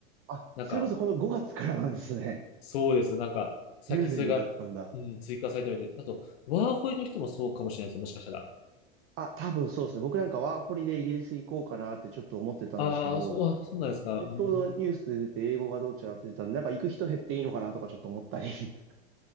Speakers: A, on the right; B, on the left.
A: あ、
B: なんか、
A: それこそこの5月からなんですね。
B: そうですよ。なんか、
A: <laughs>
B: 先それが、
A: 10年になったんだ。
B: うん、追加されたみたいで。あと、ワーホイの人もそうかもしれないですよ、もしかしたら。
A: あ、多分そうですね。僕なんかワーホリでイギリス行こうかなってちょっと思ってたんですけど、
B: ああ、そう、あそうなんですか。
A: でちょうどニュースで出て英語がどうちゃらって出たんで、
B: うん。
A: なんか行く人減っていいのかなとかちょっと思ったり。<laughs>